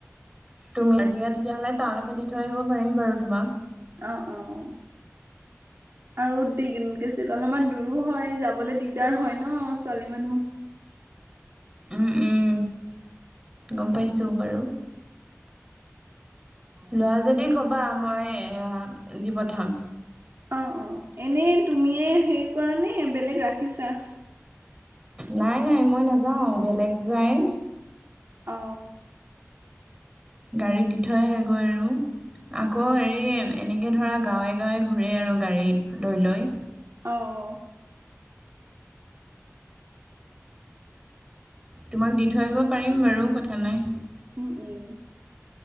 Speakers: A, on the right; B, on the right.
A: তুমি দিয়া তেতিয়াহ'লে তালৈকে দি থৈ আহিব পাৰিম বাৰু তোমাক
B: অ' অ' আৰু দি গৈছিল অলপমান দূৰো হয় যাবলৈ দিগদাৰ হয় ন ছোৱালী মানুহ
A: উম,
B: উ <inaudible>
A: উম, গম পাইছোঁ বাৰু লোৱা যদি ক'বা মই দি পঠাম।
B: অ' অ' এনেই তুমিয়ে হেৰি কৰা নে বেলেগ ৰাখিছা
A: নাই নাই মই নাযাওঁ বেলেগ যায়
B: অ
A: গাড়ীত দি থৈ আহেগৈ আৰু আকৌ হেৰি এনেকৈ ধৰা গাঁৱে গাঁৱে ঘূৰে আৰু গাড়ী লৈ লৈ
B: অ অ
A: তোমাক দি থৈ আহিব পাৰিম বাৰু কথা নাই
B: উম উম